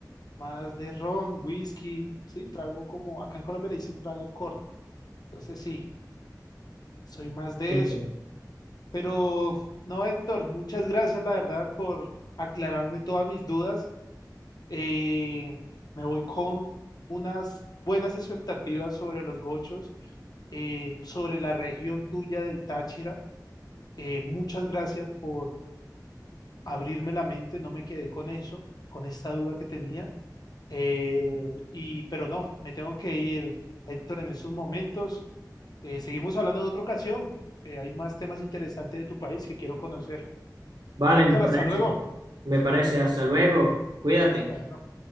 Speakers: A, on the left (about 65°); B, on the right (about 80°).
A: más de ron, whisky, sí, trago como, acá en Colombia le dicen trago corto, entonces sí, soy más de
B: Bien.
A: eso. Pero no, Héctor, muchas gracias, la verdad, por aclararme todas mis dudas. Eh, me voy con unas buenas expectativas sobre los gochos, eh, sobre la región tuya del Táchira. Eh, muchas gracias por abrirme la mente, no me quedé con eso, con esta duda que tenía. Eh, y, pero no, me tengo que ir, Héctor, en estos momentos. Eh, seguimos hablando en otra ocasión. Eh, hay más temas interesantes de tu país que quiero conocer.
B: Vale,
A: Héctor,
B: me parece.
A: hasta luego.
B: Me parece. Hasta luego. Cuídate.
A: Bueno.